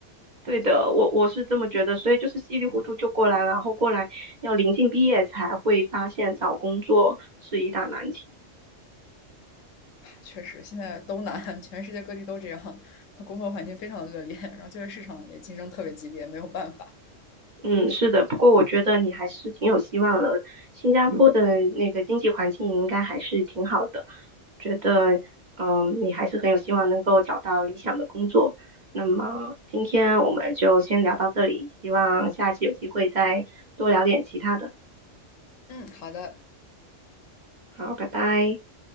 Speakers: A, on the right; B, on the left.
A: 对的，我我是这么觉得，所以就是稀里糊涂就过来了，然后过来要临近毕业才会发现找工作是一大难题。
B: 确实，现在都难，全世界各地都这样，工作环境非常的恶劣，然后就业市场也竞争特别激烈，没有办法。
A: 嗯，是的，不过我觉得你还是挺有希望的。新加坡的那个经济环境应该还是挺好的，觉得嗯、呃你还是很有希望能够找到理想的工作。那么今天我们就先聊到这里，希望下次有机会再多聊点其他的。
B: 嗯，好的，
A: 好，拜拜。